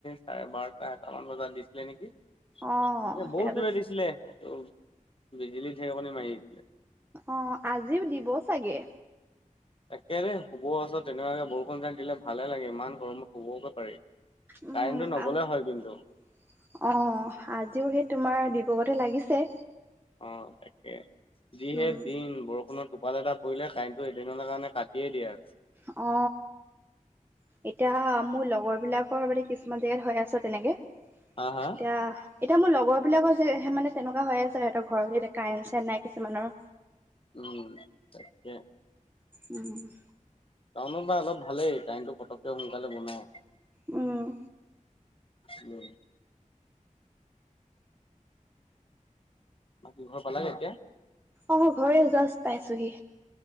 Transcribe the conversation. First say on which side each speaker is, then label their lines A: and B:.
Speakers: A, on the left; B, on the right.
A: চাৰে বাৰটা এটামান বজাত দিছিলে নেকি এ
B: অ', তাৰপাছত
A: বহুত জোৰে দিছিলে এইটো। বিজুলী ঢেৰেকণি মাৰি আহিছিলে
B: অ আজিও দিব চাগে
A: তাকে দেই শুব ওচৰত তেনেকুৱাকে বৰষুণ যোই দিলে ভালে লাগে ইমান গৰমত শুবকে পাৰি
B: উম
A: কাৰেণ্টটো নগ'লে
B: আহ
A: হয় কিন্তু
B: অ আজিও সেই তোমাৰ দিবগতে লাগিছে
A: অ তাকে যিহে
B: উম
A: দিন বৰষুণত টোপাল এটা কৰিলে কাৰেন্টো এদিনৰ কাৰণে কাটিয়েই দিয়ে আৰু
B: অ এতিয়া মোৰ লগৰ বিলাকৰ মানে কিছুমান জেগাত হৈ আছে তেনেকে এতিয়া
A: হা হা
B: এতিয়া মোৰ লগৰ বিলাকৰ যে মানে তেনেকুৱা হৈ আছে সিহঁতৰ ঘৰত এতিয়া কাৰেণ্ট চাৰেণ্ট নাই কিছুমানৰ
A: উম তাকে
B: উম
A: টাউনত বা অলপ ভালেই টাইনটো পটকৈ সোনকালে বনাই
B: উম
A: উম বাকী ঘৰ পালেগে এতিয়া
B: অ ঘৰে জাষ্ট পাইছোহি